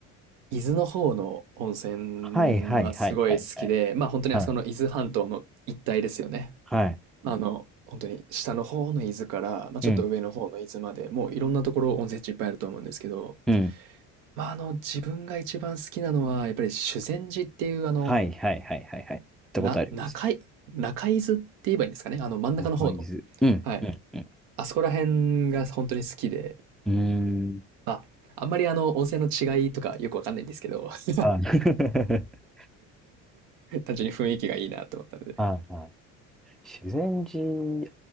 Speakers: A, on the right; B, in the centre.
A: 伊豆の方の温泉はすごい好きで、
B: はいはいはいはいはい。
A: まあ本当にあそこの伊豆半島の一帯ですよね。
B: はいはい。
A: まああの、本当に下の方の伊豆から、まあちょっと上の方の伊豆まで、
B: うん。
A: もういろんなところ温泉地いっぱいあると思うんですけど、
B: うん。
A: まああの自分が一番好きなのは、やっぱり修善寺っていうあの、
B: はいはいはいはいはい。行ったことあります。
A: な、中い、中伊豆って言えばいいんですかね。あの真ん中の方の。
B: 中伊豆。うん。
A: はい。
B: うん。うん。
A: あそこら辺が本当に好きで、
B: うーん。
A: あ、あんまりあの、温泉の違いとかよくわかんないんですけど、<laughs>
B: はい。<laughs>
A: 単純に雰囲気がいいなと思ったので。
B: はいはい修善寺、